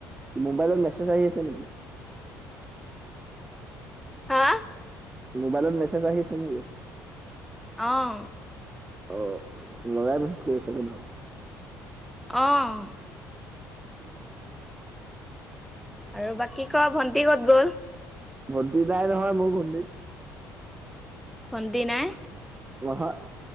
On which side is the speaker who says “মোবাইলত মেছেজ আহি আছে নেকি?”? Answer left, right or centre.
Right